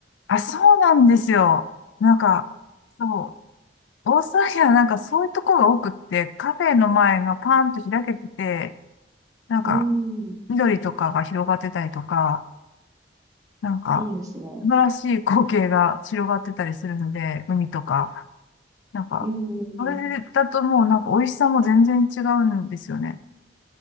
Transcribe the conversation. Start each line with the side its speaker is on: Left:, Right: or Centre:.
Left: あ、そうなんですよ。なんか、そう。オーストラリアはなんかそういうとこが多くって、カフェの前がパンと開けてて、なんか、
Right: うん、
Left: 緑とかが広がってたりとか、なんか、
Right: いいですね。
Left: 素晴らしい光景が広がってたりするので、海とか。なんか、
Right: うん、うん
Left: それだともうなんか美味しさも全然違うんですよね。